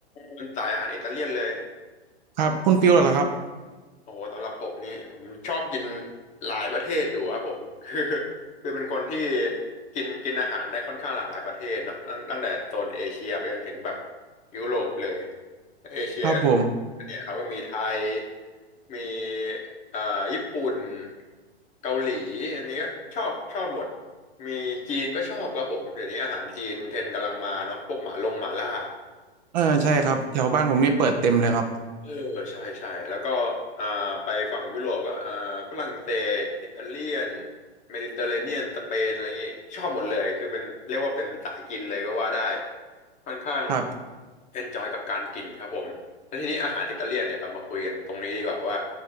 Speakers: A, on the left; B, on the right.
A: เป็นสายอาหารอิตาเลียนเลย
B: ครับคุณฟิลเหรอครับ
A: โอ้โหสำหรับผมนี่ผมชอบกินหลายประเทศอยู่ครับผม <laughs> คือคือเป็นคนที่กินกินอาหารได้ค่อนข้างหลากหลายประเทศเนอะตั้งตั้งแต่โซนเอเชียไปจนถึงแบบยุโรปเลย เอเชียก็เนี่ยเขาก็มีไทย
B: ครับผม
A: มีอ่าญี่ปุ่น เกาหลีอันนี้ก็ชอบชอบหมด มีจีนก็ชอบครับผม เดี๋ยวนี้อาหารจีนเทรนด์กำลังมาเนาะพวกหมาลงหมาล่า
B: เออใช่ครับแถวบ้านผมนี่เปิดเต็มเลยครับ
A: เออใช่ใช่แล้วก็อ่าไปฝั่งยุโรปก็อ่าฝรั่งเศสอิตาเลียนเมดิเตอร์เรเนียนสเปนอะไรเงี้ยชอบหมดเลยคือเป็นเรียกว่าเป็นสายกินเลยก็ว่าได้ค่อนข้าง
B: ครับ
A: เอนจอยกับการกินครับผมแล้วทีนี้อาหารอิตาเลียนเนี่ยเรามาคุยกันตรงนี้ดีกว่าว่า